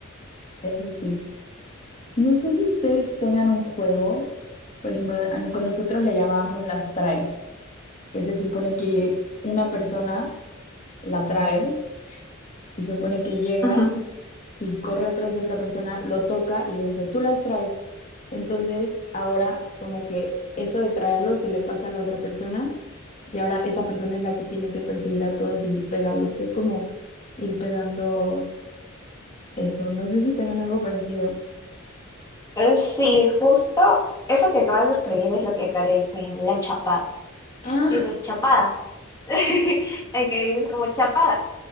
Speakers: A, on the left; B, on the left.
A: Eso sí. No sé si ustedes tengan un juego, por ejemplo, a no- con nosotros le llamábamos las traes, que se supone que una persona la trae y se supone que llega
B: <laughs>
A: y corre atrás de otra persona, lo toca y le dice, tú las traes. Entonces, ahora como que eso de traerlo se le pasa a la otra persona y ahora esa persona es la que tiene que perseguir a todos y pegarlos. Es como ir pegando eso. No sé si tengan algo parecido.
B: Eh, Sí, justo eso que acabas de escribir es lo que acá le dicen la chapada.
A: Ah,
B: Dices chapada. <laughs> El que dices como chapada.